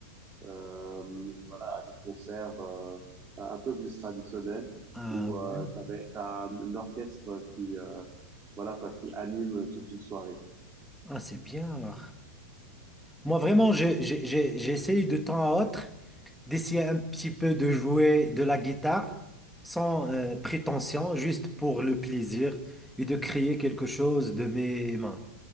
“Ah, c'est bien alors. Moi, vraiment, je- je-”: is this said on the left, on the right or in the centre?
Centre